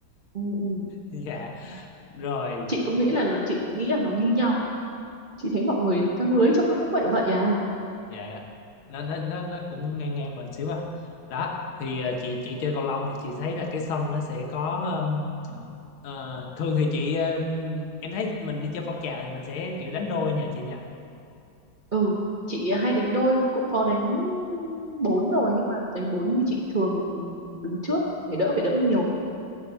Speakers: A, on the right; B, on the left.
A: ừ, ừ.
B: Dạ. Rồi
A: chị cũng nghĩ là chị cũng nghĩ là nó như nhau chị thấy mọi người căng lưới trông nó cũng vậy vậy à
B: dạ nó nó nó nó cũng ngang ngang mình xíu à đó thì ờ, chị chị chơi cầu lông thì chị thấy là cái sân nó sẽ có ừm, ờ, thường thì chị ừm, em thấy mình đi chơi phong trào thì mình sẽ kiểu đánh đôi nha chị nha
A: ừ chị hay đánh đôi cũng có đánh bốn rồi nhưng mà đánh bốn thì chị thường đứng trước để đỡ phải đỡ nhiều